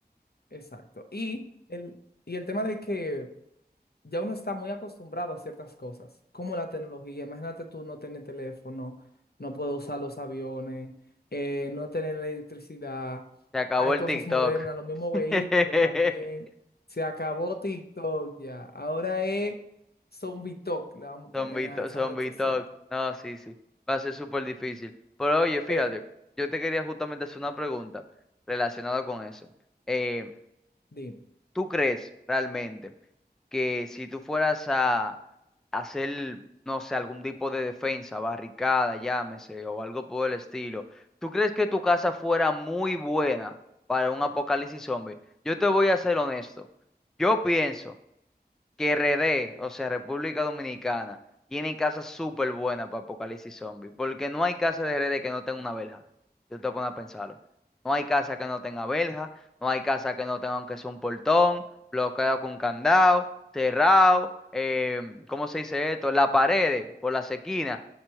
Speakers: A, on the left; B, in the centre.
A: Exacto. Y el, y el tema de que ya uno está muy acostumbrado a ciertas cosas, como la tecnología. Imagínate tú no tener teléfono, no poder usar los aviones, eh, no tener electricidad.
B: Se acabó
A: Hay
B: el
A: cosas
B: TikTok.
A: modernas, los mismos
B: <laughs>
A: vehículos también. Se acabó TikTok ya. Ahora es Zombie Talk, le vamos a poner
B: Zombie
A: a
B: to-
A: esa
B: zombie
A: red social.
B: talk. No, sí, sí. Va a ser súper difícil. Pero oye, fíjate,
A: Pe-
B: yo te quería justamente hacer una pregunta relacionada con eso. Eh,
A: dime.
B: ¿Tú crees realmente que si tú fueras a hacer, no sé, algún tipo de defensa, barricada, llámese, o algo por el estilo, ¿tú crees que tu casa fuera muy buena para un apocalipsis zombie? Yo te voy a ser honesto. Yo pienso que RD, o sea, República Dominicana, tiene casas súper buenas para Apocalipsis Zombie, porque no hay casa de RD que no tenga una verja. Yo te voy a poner a pensarlo. No hay casa que no tenga verja, no hay casa que no tenga aunque sea un portón, bloqueado con candado, cerrado, eh, ¿cómo se dice esto? Las paredes por las esquinas,